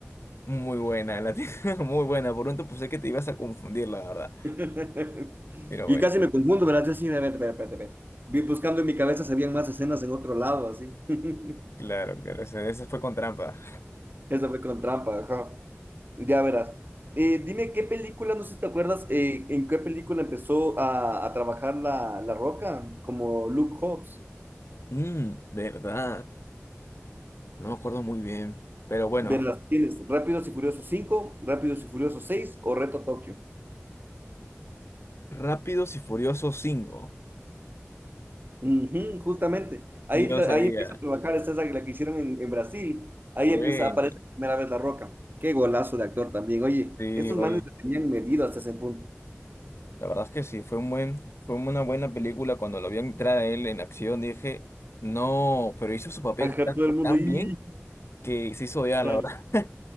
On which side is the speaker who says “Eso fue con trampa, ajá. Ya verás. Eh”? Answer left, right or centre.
Right